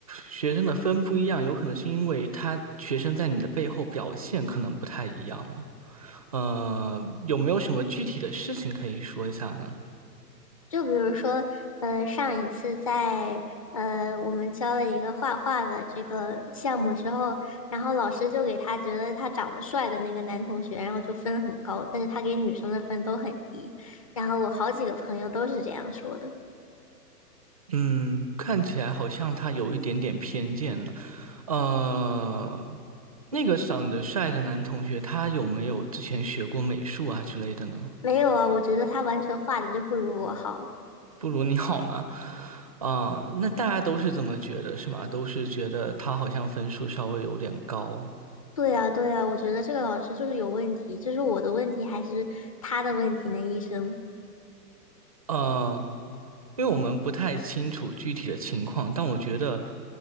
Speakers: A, on the right; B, on the left.
A: 学生的分不一样，有可能是因为他学生在你的背后表现可能不太一样哦。呃，有没有什么具体的事情可以说一下呢？
B: 就比如说，呃，上一次在呃我们教了一个画画的这个项目之后，然后老师就给他觉得他长得帅的那个男同学，然后就分很高，但是他给女生的分都很低。然后我好几个朋友都是这样说的。
A: 嗯，看起来好像他有一点点偏见呢。呃，那个长得帅的男同学，他有没有之前学过美术啊之类的呢？
B: 没有啊，我觉得他完全画的就不如我好。
A: 不如你好吗？啊、那大家都是这么觉得，是吗？都是觉得他好像分数稍微有点高。
B: 对呀，对呀，我觉得这个老师就是有问题，这是我的问题还是他的问题呢，医生？
A: 呃，因为我们不太清楚具体的情况，但我觉得